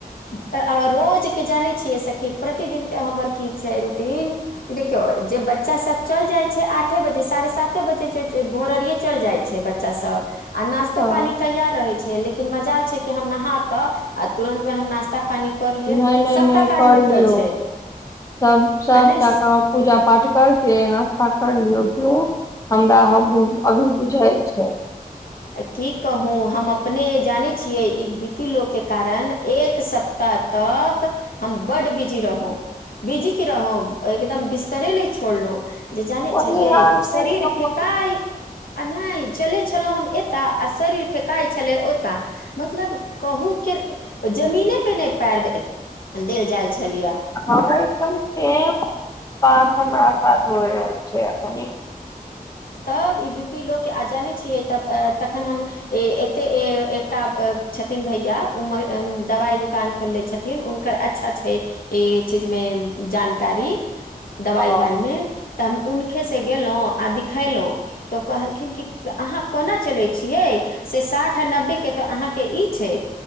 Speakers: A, on the left; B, on the left.
A: अ आ रोज के जानै छियै सखी प्रतिदिन के हमर की छै रूटीन देखियौ जे बच्चा सब चल जाइ छै आठे बजे साढ़े साते बजे ड्युटी भोरहरिये चल जाइ छै बच्चा बच्चा सब आ नाश्तो
B: हँ
A: पानी तैयार रहे छै लेकिन मजाल छै के हम नहााक आ तुरंत मे हम नाास्त नास्ता पानी कर लिय
B: नहि नहि
A: सबटा
B: नहि
A: काज
B: कर
A: निपटल
B: लियौ
A: छै
B: सब सबटा
A: आ नय
B: काम पूजा पाठ कर के नाास्ता कर लियऔ केयो हमरा अभी बुझाल छै
A: आय की कहू हम अपने जानै छियै ई बी पी लो के कारण एक सप्ताह तक हम बड्ड बिजी रहूँ बीजी की रहो एकदम बिस्तरे नय छोड़लौ जे जाने
B: वही
A: छलियै
B: हाल छै
A: शरीर
B: हमर
A: फेकाय आ नय चले छलो हम एताऽ आ शरीर फेकाय छले ओताऽ मतलब कहू केर जमीने पे नय पैर देल जाइल छलियए
B: हँ एकदम सेम बात हमरा साथ होइ रहल छै अखनि
A: तब ई बी पी लो के आ जानै छियै तब तखन हम ए एते ए एकटा छथिन भैया उ दवाइ दुकान खोलले छथिन हुनकर अच्छा छै ई चीज मे जानकारी दबाइ
B: अहाँ
A: उवाइ मे तऽ हम हुनकेसँ गेलहुँ आ दिखेलहुँ तऽ ओ कहलखिन कि अहाँ कोना चलै छियै से साठ आ नब्बेके तऽ अहाँके ई छै